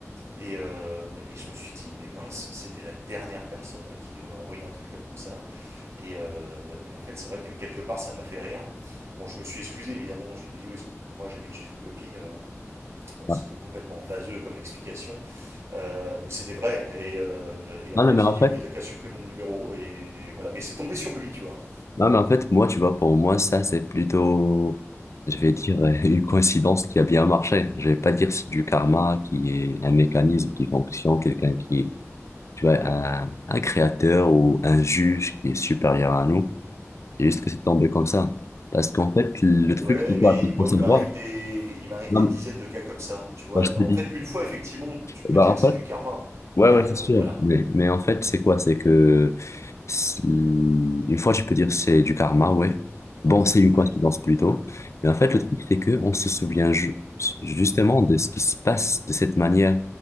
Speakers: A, on the right; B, on the left.
A: Et, euh, et je me suis dit, mais mince, c'était la dernière personne à qui devait envoyer un truc comme ça. Et, euh, et en fait, c'est vrai que quelque part, ça m'a fait rire. Bon, je me suis excusé, évidemment. J'ai dit, oui, excuse-moi, j'habite chez une copine. Euh, Bon,
B: ah,
A: c'était complètement vaseux comme explication, euh, mais c'était vrai. Et, euh, et en
B: Non,
A: fait,
B: non, mais en
A: il dit,
B: fait,
A: oui, t'as qu'à supprimer mon numéro. Et voilà, mais c'est tombé sur lui, tu vois.
B: non, mais en fait, moi, tu vois, pour moi, ça, c'est plutôt, je vais dire, euh, <laughs> une coïncidence qui a bien marché. Je vais pas dire c'est du karma qui est un mécanisme qui fonctionne, quelqu'un qui est, tu vois, un, un créateur ou un juge qui est supérieur à nous. C'est juste que c'est tombé comme ça. Parce qu'en fait, le
A: Ouais,
B: truc, c'est quoi?
A: mais
B: Il
A: moi,
B: faut savoir.
A: il m'arrive des, il m'arrive des
B: Non,
A: dizaines de cas comme ça, tu vois.
B: bah, je te
A: En
B: dis.
A: fait, une fois, effectivement, tu peux
B: Bah,
A: dire
B: en
A: que c'est
B: fait,
A: du karma.
B: Ouais,
A: Mais
B: ouais, c'est
A: euh,
B: sûr.
A: voilà.
B: Mais, mais en fait, c'est quoi? C'est que si- une fois, je peux dire c'est du karma, ouais. Bon, c'est une
A: Ouais,
B: coïncidence plutôt. Mais en fait,
A: ouais.
B: le truc, c'est que on se souvient ju- justement de ce qui se passe de cette manière.